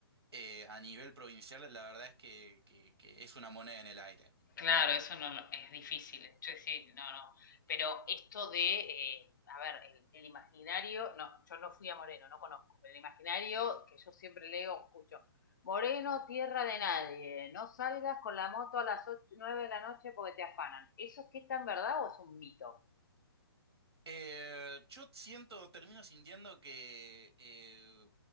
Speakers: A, on the right; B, on the left.
A: eh, a nivel provincial, la verdad es que, que que es una moneda en el aire.
B: Claro, eso no lo- es difícil, Esto es sí, no, no. Pero esto de, eh, a ver, el, el imaginario, no, yo no fui a Moreno, no conozco, pero el imaginario que yo siempre leo, escucho, Moreno, tierra de nadie, no salgas con la moto a las 8, 9 de la noche porque te afanan. ¿Eso es que tan verdad o es un mito?
A: Eh, yo siento, termino sintiendo que eh,